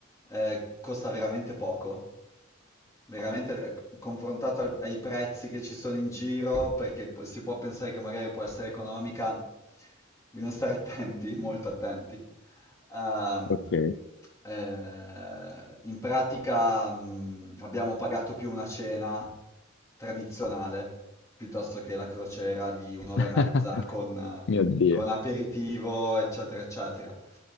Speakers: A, on the left; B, on the left.
A: eh, costa veramente poco. Veramente eh, confrontato al- ai prezzi che ci sono in giro, perché po- si può pensare che magari può essere economica, bisogna stare attenti, <laughs> molto attenti. Ehm,
B: Ok.
A: eh, in pratica, mh, abbiamo pagato più una cena tradizionale piuttosto che la crociera di un'ora
B: <laughs>
A: e mezza con, eh,
B: Mio Dio.
A: con aperitivo, eccetera, eccetera.